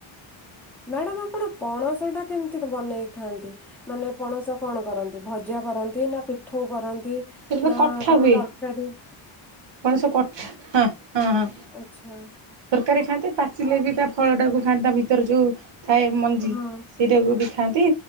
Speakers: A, in the centre; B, on the right.
A: ମ୍ୟାଡ଼ାମ୍ ଆପଣ ପଣସ ଟା କେମିତି ବନେଇକି ଖାଆନ୍ତି? ମାନେ ପଣସ କଣ କରନ୍ତି ଭଜା କରନ୍ତି ନା ପିଠଉ କରନ୍ତି
B: ସେଟା ତ
A: ନା
B: କଠା
A: ତାକୁ
B: ହୁଏ
A: ତରକାରୀ
B: ପଣସ କଠା ହଁ ହଁ ହଁ
A: ଆଚ୍ଛା।
B: ତରକାରୀ ଖାଆନ୍ତି ପାଚିଲେ ବି ତା ଫଳ ଟାକୁ ଖାଆନ୍ତା ତା ଭିତ୍ ଭିତରେ ଯଉ ଥାଏ ମଞ୍ଜି
A: ହଁ
B: ସେଇଟାକୁ ବି ଖାଆନ୍ତି